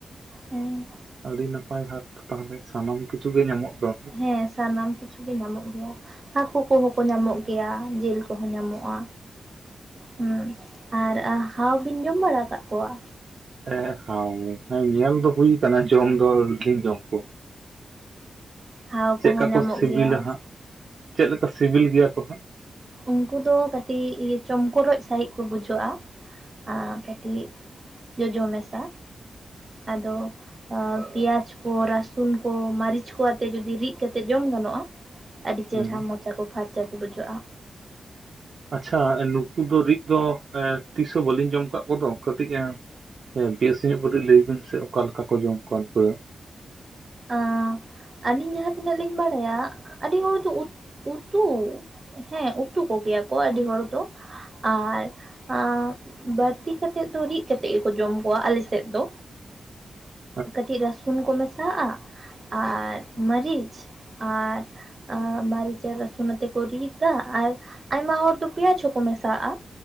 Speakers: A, on the right; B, on the right.
A: ᱦᱮᱸ
B: ᱟᱹᱰᱤ ᱱᱟᱯᱟᱭ ᱦᱟᱴ ᱛᱟᱦᱞᱮ ᱥᱟᱱᱟᱢ ᱠᱤᱪᱷᱩ ᱜᱮ ᱧᱟᱢᱚᱜ ᱫᱚ᱾
A: ᱦᱮᱸ ᱥᱟᱱᱟᱢ ᱠᱤᱪᱷᱩ ᱜᱮ ᱧᱟᱢᱚᱜ ᱜᱮᱭᱟ᱾ ᱦᱟᱹᱠᱩ ᱠᱚᱦᱚᱸ ᱠᱚ ᱧᱟᱢᱚᱜ ᱜᱮᱭᱟ, ᱡᱮᱞ ᱠᱚᱦᱚᱸ ᱧᱟᱢᱚᱜᱼᱟ᱾ ᱦᱩᱸ ᱟᱨ ᱟ ᱦᱟᱣ ᱵᱤᱱ ᱡᱚᱢ ᱵᱟᱲᱟ ᱟᱠᱟᱜ ᱠᱚᱣᱟ?
B: ᱮ ᱦᱟᱣ ᱦᱮᱸ ᱧᱮᱞ ᱫᱚ ᱦᱩᱭ ᱟᱠᱟᱱᱟ, ᱡᱚᱢ ᱫᱚ ᱜᱷᱤᱠ ᱡᱚᱢ ᱠᱚᱣᱟ᱾
A: ᱦᱟᱣ
B: ᱪᱮᱜᱠᱟ
A: ᱠᱚᱦᱚᱸ ᱧᱟᱢᱚᱜ
B: ᱠᱚ ᱥᱤᱵᱤᱞᱟ
A: ᱜᱮᱭᱟ
B: ᱦᱟᱸᱜ ᱪᱮᱫ ᱞᱮᱠᱟ ᱥᱤᱵᱤᱞ ᱜᱮᱭᱟ ᱠᱚ ᱦᱟᱸᱜ?
A: ᱩᱱᱠᱩ ᱫᱚ ᱠᱟᱹᱴᱤᱡ ᱤᱭᱟᱹ ᱪᱚᱢᱠᱚᱨᱚᱡ ᱥᱟᱦᱤᱡ ᱠᱚ ᱵᱩᱡᱷᱟᱹᱜᱼᱟ ᱟᱻ ᱠᱟᱹᱴᱤᱡ᱾ ᱡᱚᱡᱚ ᱢᱮᱥᱟ ᱟᱫᱚ ᱟᱸ ᱯᱮᱸᱭᱟᱪ ᱠᱚ ᱨᱟᱥᱩᱱ ᱠᱚ ᱢᱟᱨᱤᱪ ᱠᱚ ᱟᱛᱮᱜ ᱡᱩᱫᱤ ᱨᱤᱜ ᱠᱟᱛᱮ ᱡᱚᱢ ᱜᱟᱱᱚᱜᱼᱟ᱾ ᱟᱹᱰᱤ ᱪᱮᱨᱦᱟ
B: ᱦᱩᱸ
A: ᱢᱚᱪᱟ ᱠᱚ ᱯᱷᱟᱨᱪᱟ ᱜᱮ ᱵᱩᱡᱷᱟᱹᱜᱼᱟ᱾
B: ᱟᱪᱪᱷᱟ ᱱᱩᱠᱩ ᱫᱚ ᱨᱤᱜ ᱫᱚ ᱮᱸ ᱛᱤᱥ ᱦᱚᱸ ᱵᱟᱹᱞᱤᱧ ᱡᱚᱢ ᱠᱟᱜ ᱠᱚᱫᱚ ᱠᱟᱹᱴᱤᱡ ᱮᱸ ᱦᱮᱸ ᱵᱮᱥ ᱧᱚᱜ ᱠᱟᱹᱴᱤᱡ ᱞᱟᱹᱭ ᱵᱤᱱ ᱥᱮ ᱚᱠᱟ ᱞᱮᱠᱟ ᱠᱚ ᱡᱚᱢ ᱠᱚᱣᱟ ᱩᱱᱠᱩ ᱫᱚ?
A: ᱟᱸᱻ ᱟᱞᱤᱧ ᱡᱟᱦᱟᱸ ᱛᱤᱱᱟᱹᱜ ᱞᱤᱧ ᱵᱟᱲᱟᱭᱟ ᱟᱰᱤ ᱦᱚᱲ ᱫᱚ ᱩ ᱩᱛᱩ ᱦᱮᱸ ᱩᱛᱩ ᱠᱚᱜᱮᱭᱟᱠᱚ ᱟᱰᱤ ᱦᱚᱲ ᱫᱚ ᱟᱨ ᱟᱸᱻ ᱵᱟᱲᱛᱤ ᱠᱟᱛᱮᱫ ᱫᱚ ᱨᱤᱜ ᱠᱟᱛᱮᱜ ᱜᱮᱠᱚ ᱡᱚᱢ ᱠᱚᱣᱟ ᱟᱞᱮ ᱥᱮᱫ ᱫᱚ᱾
B: <unintelligible>
A: ᱠᱟᱹᱴᱤᱡ ᱨᱟᱹᱥᱩᱱ ᱠᱚ ᱢᱮᱥᱟ ᱟᱜᱼᱟ ᱟᱨ ᱢᱟᱹᱨᱤᱪ ᱟᱨ ᱟᱸᱻ ᱢᱟᱹᱨᱤᱪ ᱟᱨ ᱨᱟᱹᱥᱩᱱ ᱟᱛᱮ ᱠᱚ ᱨᱤᱫᱟ ᱟᱨ ᱟᱭᱢᱟ ᱦᱚᱲ ᱫᱚ ᱯᱮᱸᱭᱟᱪ ᱦᱚᱸᱠᱚ ᱢᱮᱥᱟ ᱟᱜᱼᱟ᱾